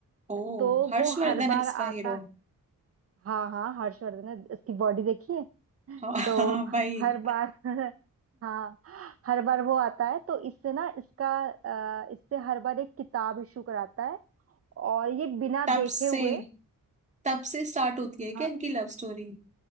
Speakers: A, on the right; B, on the right.
A: ओ
B: तो
A: हर्षवर्धन
B: वो हर बार
A: है इसका
B: आता
A: हीरो
B: हाँ हाँ हर्षवर्धन ने उसकी बॉडी देखी है
A: हाँ
B: तो
A: हाँ, भाई
B: हर बार <laughs> हाँ हर बार वो आता है तो इससे ना इसका अ, इससे हर बार एक किताब इशू कराता है और ये बिना
A: तब
B: देखे
A: से
B: हुए
A: तब से स्टार्ट होती है क्या
B: हाँ
A: इनकी लव स्टोरी